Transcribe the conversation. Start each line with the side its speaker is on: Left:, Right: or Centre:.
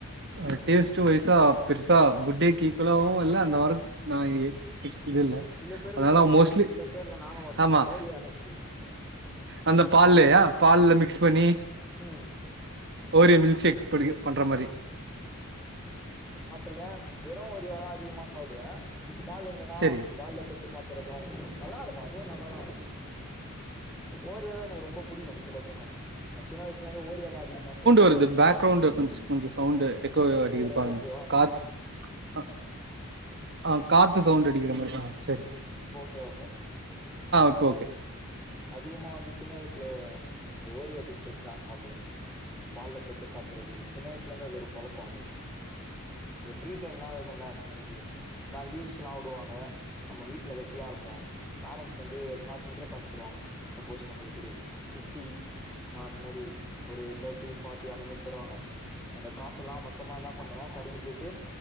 Right: அது டேஸ்ட்டு வய்சா பெருசா குட்டேக்கு ஈக்குவலாவு இல்ல அந்த வார நா இதுல்ல
Centre: சில பேருக்கு
Right: அதுனால
Centre: பிடிக்கும்
Right: மோஸ்ட்லி
Centre: சில பேர்ல நானும் ஒருத்தன்
Right: ஆமா
Centre: ஓரியோ எனக்கு பிடிக்கும்
Right: அந்த பால்லயா
Centre: சொல்லப்போனா
Right: பால்ல மிக்ஸ் பண்ணி
Centre: ம்
Right: ஓரியோ மில்க் ஷேக் படி பண்ற மாரி
Centre: ருக்கே வெறு ஓரியோவா அதிகமா சாப்டுவே பால் இருந்ததுனா
Right: செரி
Centre: பால்ல தொட்டு சாப்பற்றதூ நல்லாருக்கு அதுவு நல்லாதா இருக்கு ஓரியாவே எனக்கு ரொம்ப புடிக்கு சொல்ல போனா நா சின்ன வயசுல இருந்து ஓரியோதா அதிகமா சாப்
Right: ப்ரோ இந்த பேக்ரவுண்ட் கொஞ் கொஞ்சோ சவுண்ட்டு எக்கோ
Centre: இப்போ
Right: அடிக்குது
Centre: ஓரளவுக்கு
Right: பாருங்க காத்து அ ஆ காத்து சவுண்ட் அடிக்கிற மாரிதா சேரி
Centre: இப்ப ஓகேவா ப்ரோ
Right: இப்ப
Centre: அதா
Right: ஓகே
Centre: அதிகமா வந்து சின்ன வயசுல ஓரியோ பிஸ்கெட் தா சாப்டுவே பால்ல தொட்டு சாப்பற்றது சின்ன வயசுல இருந்து அது ஒரு பழக்கோ எனக்கு இந்த ஃப்ரீ டைம்ல்லா இருக்குல நம்மளுக்கு எதா லீவ்ஸ்லா வுடுவாங்க நம்ம வீட்ல வெட்டியா இருப்போ பேரண்ட்ஸ் வந்து எதனா சில்ர காசு தருவாங்க சப்போஸ் நம்மளுக்கு ஒரு ஃபிஃப்டி ஆ அந்த மாரி ஒரு தேட்டி ஃபாட்டி அந்த மாரி தருவாங்க. அந்த காசு எல்லா மொத்தமா என்ன பண்ணுவே கடைக்கு போயிட்டு